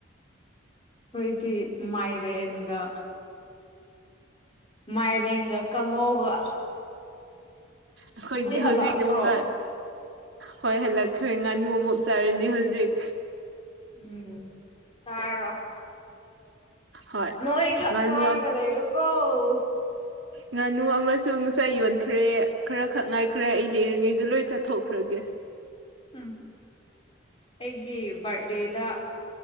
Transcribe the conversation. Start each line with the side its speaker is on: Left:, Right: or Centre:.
Left: ꯑꯣꯏꯗꯤ ꯃꯥꯏꯔꯦꯟꯒ ꯃꯥꯏꯔꯦꯟꯒ ꯀꯪꯉꯧꯒ
Right: ꯑꯈꯣꯏꯗꯤ
Left: ꯍꯜꯂꯛꯑꯕ꯭ꯔꯣ
Right: ꯍꯧꯖꯤꯛ ꯑꯃꯨꯛꯀ ꯍꯣꯏ ꯍꯜꯂꯛꯈ꯭ꯔꯦ ꯉꯥꯅꯨ ꯑꯃꯨꯛ ꯆꯥꯔꯅꯤ ꯍꯧꯖꯤꯛ
Left: ꯎꯝ ꯆꯥꯔꯣ
Right: ꯍꯣꯏ
Left: ꯅꯣꯏ ꯈꯠ
Right: ꯉꯥꯅꯨ
Left: ꯆꯥꯔꯒ ꯂꯩꯔꯣꯀꯣ ꯑꯣ
Right: ꯉꯥꯅꯨ ꯑꯃꯁꯨ ꯉꯁꯥꯏ ꯌꯣꯟꯈ꯭ꯔꯦ ꯈꯔ ꯈꯛ ꯉꯥꯏꯈ꯭ꯔꯦ ꯑꯩ ꯂꯩꯔꯤꯉꯩꯗ ꯂꯣꯏ ꯆꯠꯊꯣꯛꯈ꯭ꯔꯒꯦ
Left: ꯎꯝ ꯑꯩꯒꯤ ꯕꯥꯔꯗꯦꯗ